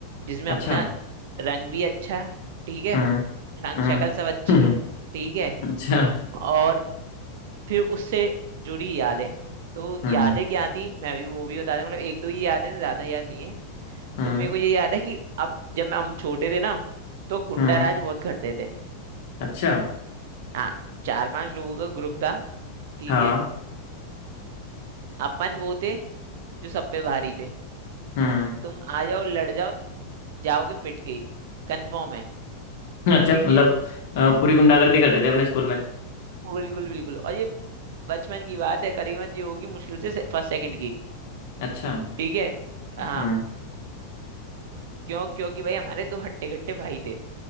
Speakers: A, on the right (about 55°); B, on the left (about 50°).
A: जिसमें
B: अच्छा
A: अपना रंग भी अच्छा है ठीक है
B: हम्म
A: रंग
B: हम्म
A: शक्ल सब अच्छी
B: <laughs> हम्म,
A: ठीक है
B: अच्छा
A: और फिर उससे जुड़ी यादें तो
B: हम्म
A: यादें क्या थी मैं भी वो भी बता दूं मतलब एक दो ही याद है ज्यादा याद नहीं है
B: हम्म
A: तो मेरे को ये याद है कि अब जब हम छोटे थे ना तो गुंडा
B: हम्म
A: राज बहुत करते थे
B: अच्छा
A: हाँ चार पांच लोगों का ग्रुप था ठीक
B: हाँ
A: है अपन वो थे जो सब पे भारी थे
B: हम्म
A: तुम आ जाओ लड़ जाओ जाओगे पिट के ही कंफर्म है
B: अच्छा
A: ठीक
B: मतलब
A: है
B: अ, पूरी गुंडागर्दी करते थे अपने स्कूल में
A: बिल्कुल बिल्कुल और ये बचपन की बात है करीबन ये होगी मुश्किल से फर्स्ट सेकंड की
B: अच्छा
A: ठीक है हाँ
B: हम्म
A: क्यों क्योंकि भाई हमारे दो हट्टे कट्टे भाई थे